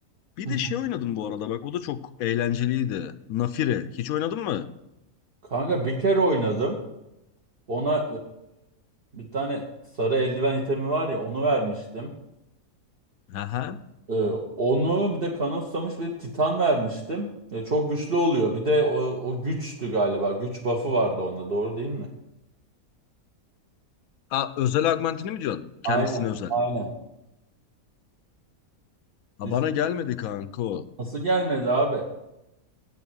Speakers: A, on the left; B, on the right.
A: Bir
B: Hı
A: de şey
B: hı.
A: oynadım bu arada bak o da çok eğlenceliydi. Nafire. Hiç oynadın mı?
B: Kanka bir kere oynadım. Ona e, bir tane sarı eldiven itemi var ya onu vermiştim.
A: Aha.
B: E, onu bir de kanıtsamış bir titan vermiştim. E, çok güçlü oluyor. Bir de o, o güçtü galiba. Güç buff'ı vardı onda doğru değil mi?
A: Aa, özel augmentini mi diyorsun?
B: Aynen.
A: Kendisine özel.
B: Aynen.
A: Ha,
B: İş-
A: bana gelmedi kanka o.
B: Nasıl gelmedi abi?